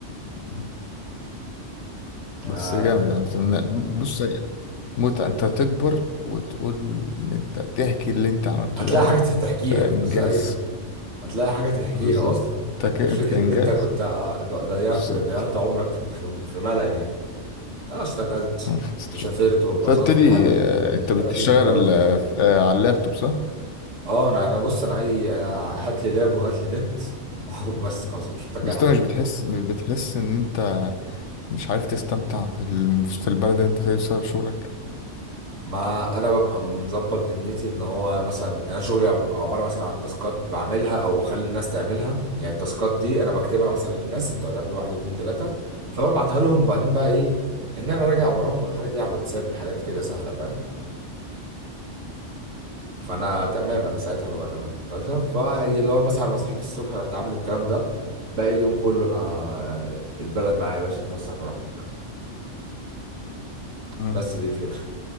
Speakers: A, on the left; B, on the right.
A: مم. بس
B: آه
A: جامد يا عم بص متعة انت تكبر وتقول ان انت تحكي اللي انت عملته
B: هتلاقي
A: ده
B: حاجه تحكيها
A: ده انجاز
B: بس ايوه هتلاقي حاجة تحكيها
A: بالظبط
B: أصلا
A: انت كده
B: مش
A: انت
B: فكرة
A: انجاز
B: إن أنت كنت ع- ض- ضيعت
A: بالظبط
B: ضيعت عمرك في في, في ملل يعني أه اشتغلت
A: آه.
B: وسافرت واتبسطت
A: فقلت لي
B: لحد ما
A: آه، انت بتشتغل
B: لحد ما تيجي تتجوز وبتاع
A: آه، ف- آه، على اللابتوب صح؟
B: أه أنا أنا بص أنا أي أنا هات لي لاب وهات لي نت <laughs> وبس خلاص أنا مش محتاج
A: بس
B: أي
A: انت
B: حاجة تانية
A: مش بتحس مش بتحس ان انت مش عارف تستمتع في ال- في البلد اللي انت فيها بسبب شغلك
B: ما انا ببقى مظبط دنيتي ان هو مثلا انا شغلي بيبقى عباره مثلا عن تاسكات بعملها او بخلي الناس تعملها يعني التاسكات دي انا بكتبها مثلا للناس انتوا هتعملوا واحد اتنين تلاته فببعتها لهم وبعدين بقى ايه ان انا راجع وراهم ولا حاجه دي على الواتساب حاجات كده سهله فاهم فانا تمام انا ساعتها ببقى تمام بس فاللي هو مثلا انا صحيت الصبح رحت عامل الكلام ده باقي اليوم كله انا البلد معايا يا باشا اتفسح براحتك
A: مم.
B: بس دي الفكره